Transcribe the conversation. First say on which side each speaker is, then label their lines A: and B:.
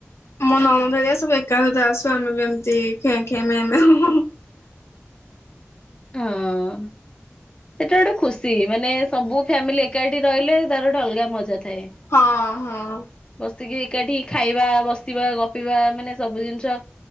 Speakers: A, on the left; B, on the left.
A: ମୋ ନଣନ୍ଦ ହେରିକା ସବୁ ଏକାସହିତ ଆସୁ ଆମେ ବି ଏମିତି ଖେଁ ଖେଁ ମେଁ ମେଁ ହେଉ।
B: ହଁ। ସେଟା ଗୋଟେ ଖୁସି ମାନେ ସବୁ ଫ୍ୟାମିଲି ଏକାଠି ରହିଲେ ତାର ଗୋଟେ ଅଲଗା ମଜା ଥାଏ।
A: ହଁ ହଁ।
B: ବସିକି ଏକାଠି ଖାଇବା ବସିବା ଗପିବା ମାନେ ସବୁ ଜିନିଷ